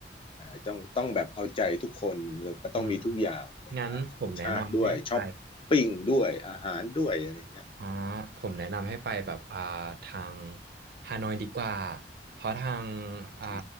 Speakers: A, on the left; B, on the right.
A: เอ่อต้องต้องแบบเอาใจทุกคนแล้วก็ต้องมีทุกอย่างอะไรเงี้ยธรรมชาติด้วยช้อปปิ้งด้วยอาหารด้วยอะไรเงี้ย
B: อืมงั้นผมแนะนำให้ไป อ่าผมแนะนำให้ไปแบบอ่าทางฮานอยดีกว่าเพราะทางอ่า
A: อื